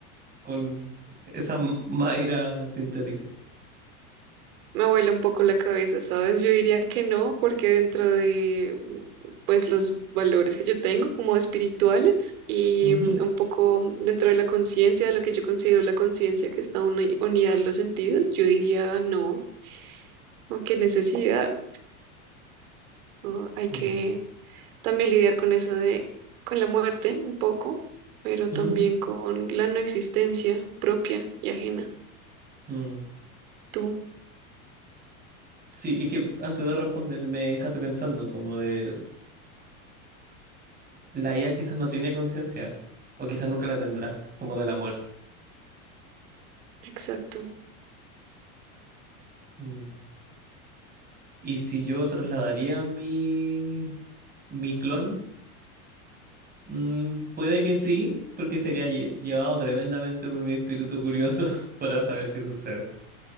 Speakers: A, on the right (about 20°); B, on the right (about 70°).
A: con esa m- Mayra sintética?
B: Me vuela un poco la cabeza, ¿sabes? Yo diría que no, porque dentro de pues los valores que yo tengo como espirituales y
A: Ujú,
B: mm, un poco dentro de la conciencia, de lo que yo considero la conciencia que está uni- unida a los sentidos, yo diría no, ¿no? qué necesidad, ¿no? Hay
A: mm,
B: que también lidiar con eso de con la muerte un poco, pero también
A: mm,
B: con la no existencia propia y ajena.
A: mm.
B: Tú,
A: Sí, es que antes de responder me dejaste pensando como de la IA quizás no tiene conciencia o quizás nunca la tendrá, como de la muerte.
B: exacto.
A: Mm. Y si yo trasladaría mi mi clon, Mm, puede que sí, porque sería lle- llevado tremendamente por mi espíritu curioso <laughs> para saber qué sucede.